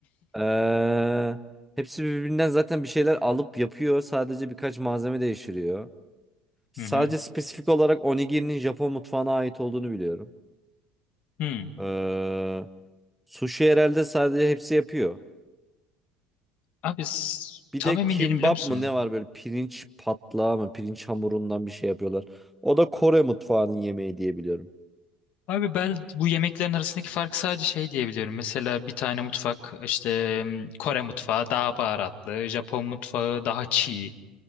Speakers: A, in the centre; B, on the left.
A: Ee, hepsi birbirinden zaten bir şeyler alıp yapıyor. Sadece birkaç malzeme değiştiriyor. Sadece
B: Hı hı.
A: spesifik olarak onigirinin Japon mutfağına ait olduğunu biliyorum.
B: Hı.
A: Ee, sushi herhalde sadece hepsi yapıyor.
B: Abi s-
A: Bir
B: tam
A: de
B: emin
A: kimbap
B: değilim biliyor musun?
A: mı ne var böyle pirinç patlağı mı pirinç hamurundan bir şey yapıyorlar. O da Kore mutfağının yemeği diye biliyorum.
B: Abi ben bu yemeklerin arasındaki farkı sadece şey diyebiliyorum. Mesela bir tane mutfak işte m, Kore mutfağı daha baharatlı, Japon mutfağı daha çiğ,